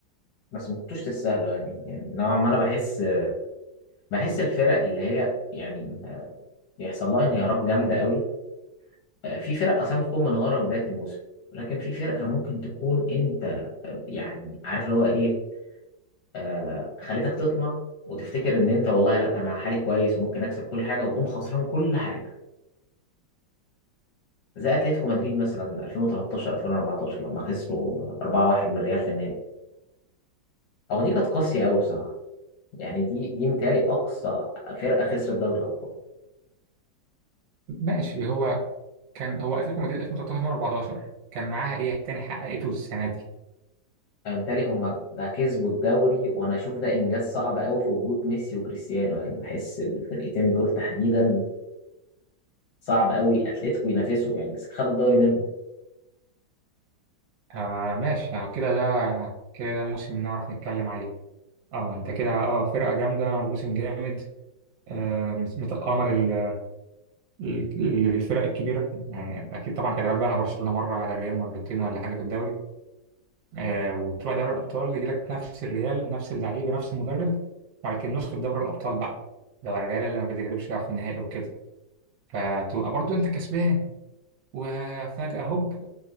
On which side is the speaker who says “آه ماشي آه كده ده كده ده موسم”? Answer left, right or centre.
Right